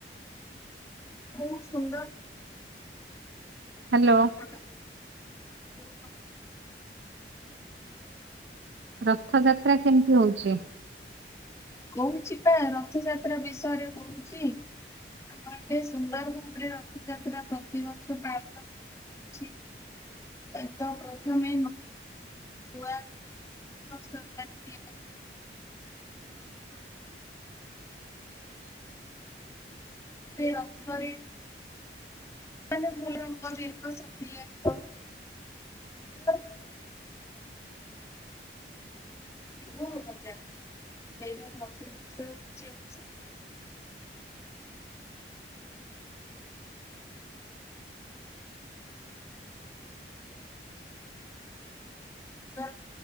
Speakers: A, on the left; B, on the right.
A: ବହୁତ ସୁନ୍ଦର।
B: ହ୍ୟାଲୋ।
A: <inaudible>
B: ରଥଯାତ୍ରା କେମିତି ହଉଚି?
A: କହୁଚି ପା ରଥଯାତ୍ରା ବିଷୟରେ କହୁଚି। ଆମଠେ ସୁନ୍ଦର ଭାବରେ ରଥଯାତ୍ରା ପ୍ରତିବର୍ଷ ପାଳନ କରାଯାଉଛି। ଏ ତ ପ୍ରଥମେ ନୂଆ ରଥ <unintelligible>
B: <inaudible>
A: ସେ ରଥରେ ମାନେ ଭଲ ରଙ୍ଗ ବେରଙ୍ଗ <unintelligible> କୋଉ ମଜା ସେଇତ ପ୍ରତି ବର୍ଷ ହେଉଚି ଏ ବର୍ଷ ଦର୍